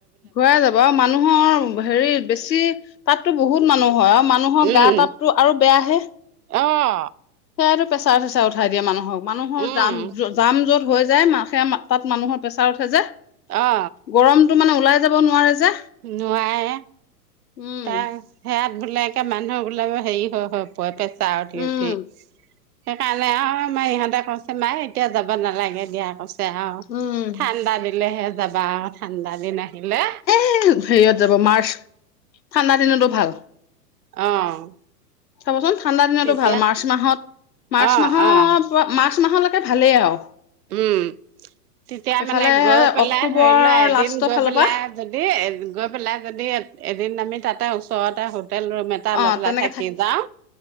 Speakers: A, on the left; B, on the right.
A: ঘূৰাই যাব আৰু মানুহৰ হেৰি বেছি তাততো বহুত মানুহ হয় আৰু মানুহৰ
B: উম
A: গা তাততো আৰু বেয়াহে।
B: অ'
A: সেয়াটো প্ৰেছাৰ, চেচাৰ উঠাই দিয়ে মানুহক, মানুহৰ
B: উম
A: জাম-জাম য হৈ যায় মা-সেই-মা তাত মানুহৰ প্ৰেছাৰ উঠে যে,
B: অ
A: গৰমটো মানে ওলাই যাব নোৱাৰে যে
B: নোৱাৰে,
A: উম
B: তা-সেয়াত <unintelligible> মানুহবিলাকে হেৰি হৈ, হৈ পৰে পেচাৰ উঠি,
A: উম
B: উঠি। সেইকাৰণে আৰু আমাৰ ইহঁতে কৈছে মাই এতিয়া যাব নালাগে, দিয়া কৈছে আৰু।
A: উম
B: ঠাণ্ডা দিলেহে যাবা, ঠাণ্ডা দিন আহিলে।
A: এই হেৰিয়ত যাব মাৰ্চ, ঠাণ্ডা দিনতো ভাল।
B: অ'!
A: চাবচোন ঠাণ্ডা দিনতো
B: তেতিয়া
A: ভাল। মাৰ্চ মাহত,
B: অ',
A: মাৰ্চ মাহৰ
B: অ',
A: পৰা মা মাহলৈকে ভালেই আৰু।
B: উম! তেতিয়া
A: এইফালে
B: মানে গৈ পেলাই
A: অক্টোবৰ
B: ধৰি ল' এদিন
A: লাষ্টৰ
B: গৈ
A: ফালৰ
B: পেলাই
A: পৰা
B: যদি, গৈ পেলাই যদি এদিন আমি তাতে ওচৰতে হো হোটেল ৰুম এটা
A: অ
B: লৈ পেলাই
A: তেনেকে
B: থাকি যাওঁ,